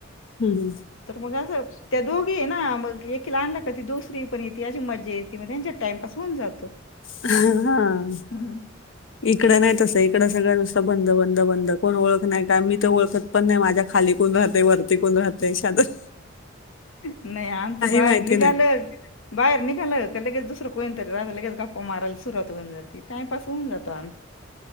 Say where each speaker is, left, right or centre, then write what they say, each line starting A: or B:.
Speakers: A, on the left (about 65°); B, on the left (about 85°).
A: हम् हमं
B: तर मग असं त्या दोघी ये ना मग एकीला आणलं का ती दुसरी पण येती अशी मजा येते मग त्यांच्यात टाइमपास होऊन जातो.
A: हं
B: हम्म.
A: इकडं नाही तसं इकडं सगळं नुसत बंद बंद बंद कोण ओळख नाही काय मी तर ओळखत, पण नाही माझ्या खाली कोण राहते, वरती कोण राहते, शेजारी.
B: नाही आमचं बाहेर
A: माहिती
B: निघाल,
A: नाही.
B: बाहेर निघालंं का लगेच दुसर कोणी तरी लागले लगेच गप्पा मारयला सुरवात होऊन जाते टाइपास होऊन जातो आम